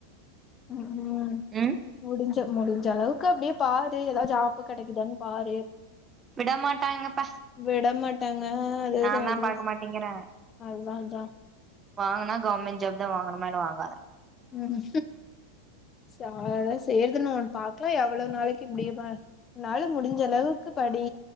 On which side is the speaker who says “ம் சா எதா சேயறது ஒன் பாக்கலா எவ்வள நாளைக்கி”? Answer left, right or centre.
Left